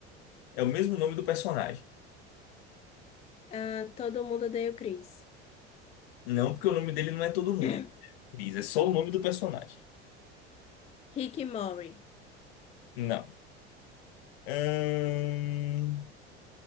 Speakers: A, on the left (about 65°); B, on the left (about 20°).
A: é o mesmo nome do personagem.
B: Ah, todo mundo odeia o Chris.
A: Não, porque o nome dele não é todo mundo.
B: <clears throat>
A: né? Diz, é só o nome do personagem.
B: Rick e Morty.
A: Não. Ahn,